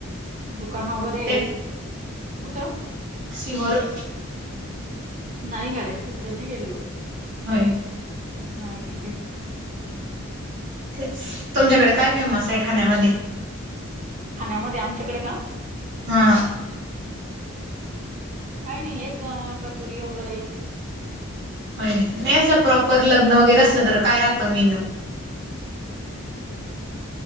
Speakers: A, on the right (about 35°); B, on the right (about 55°).
A: दुकानं वगैरे
B: का
A: कुठं?
B: सिहोर
A: नाही घड्या तिकडे नाही गेलेलो
B: होय
A: नाही.
B: तेच तुमच्याकडे काय फेमस आहे खाण्यामध्ये
A: खाण्यामध्ये आमच्याकडे का?
B: हां
A: काही नाही हेच कचोरी वगैरे
B: अ असं प्रॉपर
A: हो
B: लग्न वगैरे असलं काय राहतं मेन्यू?